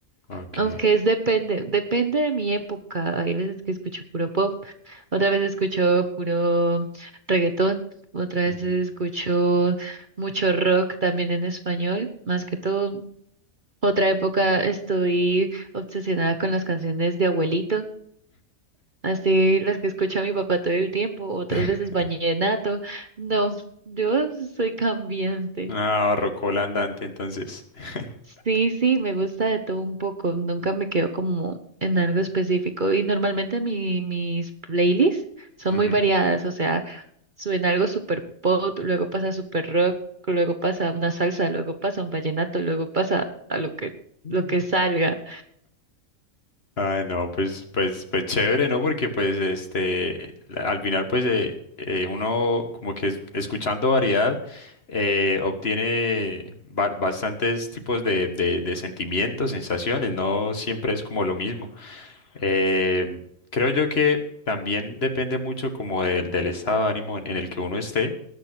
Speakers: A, on the left; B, on the right.
A: Ok.
B: Aunque es depende, depende de mi época. Hay veces que escucho puro pop, otra vez escucho puro reggaetón, otra vez
A: Ujú.
B: escucho mucho rock también en español, más que todo. Otra época estoy obsesionada con las canciones de abuelitos. así las que escucha mi papá todo el tiempo, otras
A: <laughs>
B: veces vallenato. No, yo soy cambiante.
A: Una rocola andante, entonces. <laughs>
B: Sí, sí, me gusta de todo un poco, nunca me quedo como en algo específico y normalmente mi, mis playlists son
A: Ujú.
B: muy variadas, o sea, suena algo super pop, luego pasa super rock, luego pasa una salsa, luego pasa un vallenato, luego pasa a lo que,
A: Mm.
B: lo que salga.
A: Ay, no, pues, pues, pues chévere, ¿no? Porque pues este, la- al final pues eh, eh, uno como que es- escuchando variedad eh, obtiene ba- bastantes tipos de, de, de sentimientos, sensaciones, no siempre es como lo mismo. Eh, creo yo que también depende mucho como del, del estado de ánimo en en el que uno esté